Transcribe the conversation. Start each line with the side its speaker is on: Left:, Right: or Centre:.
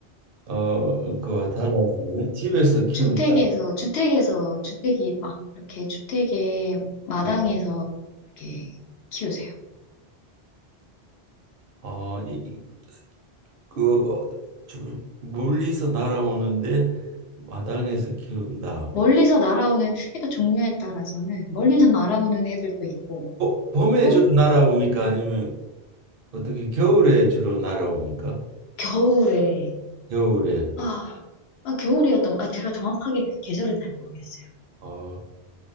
Right: 어 그와 달라지네. 집에서 키운다.
Left: 주택에서, 주택에서, 주택이 막 이렇게 주택의 마당에서
Right: 네.
Left: 이렇게 키우세요.
Right: 아, 이, 이- 그 어, 주- 멀리서 날아오는데 마당에서 키운다.
Left: 멀리서 날아오는, 그러니까 종류에 따라서는 멀리서 날아오는 애들도 있고,
Right: 보- 봄에
Left: 또
Right: 주로 날아옵니까? 아니면 어떻게 겨울에 주로 날아옵니까?
Left: 겨울에,
Right: 겨울에.
Left: 아, 아, 겨울이었던, 아, 제가 정확하게 계절은 잘 모르겠어요.
Right: 어,